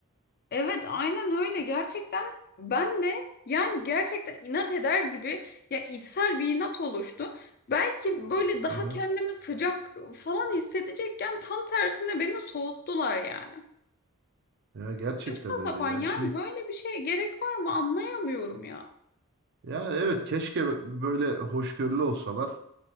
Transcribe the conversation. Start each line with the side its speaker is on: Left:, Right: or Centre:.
Left: Evet aynen öyle gerçekten ben de yani gerçekten inat eder gibi ya içsel bir inat oluştu. Belki böyle daha
Right: Aha.
Left: kendimi sıcak falan hissedecekken tam tersine beni soğuttular yani.
Right: Ya gerçekten
Left: Saçma
Right: öyle.
Left: sapan
Right: Yani
Left: yani
Right: şimdi
Left: böyle bir şeye gerek var mı anlayamıyorum ya.
Right: Yani evet keşke böyle hoşgörülü olsalar